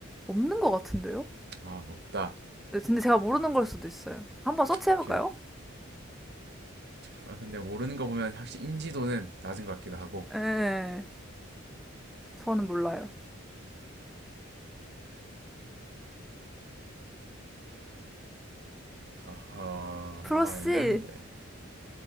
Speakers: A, in the centre; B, on the right.
A: 없는 것 같은데요?
B: 아, 없다.
A: 네, 근데 제가 모르는 걸 수도 있어요. 한번 서치해볼까요?
B: 오케이. 아, 근데 모르는 거 보면 확실히 인지도는 낮은 것 같기도 하고.
A: 예, 저는 몰라요.
B: 어허,
A: 프로씨,
B: 아, 애매한데.